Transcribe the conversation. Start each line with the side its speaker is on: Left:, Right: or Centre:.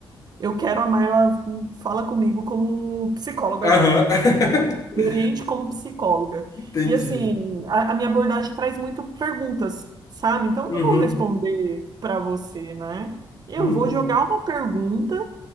Right: eu quero a Marla fala comigo como psicóloga
Left: Aham.
Right: agora.
Left: <laughs>
Right: Me oriente como psicóloga.
Left: Entendi.
Right: E assim, a, a minha abordagem traz muito perguntas, sabe? Então eu
Left: Uhum,
Right: não vou responder pra você, né? Eu
Left: uhum.
Right: vou jogar uma pergunta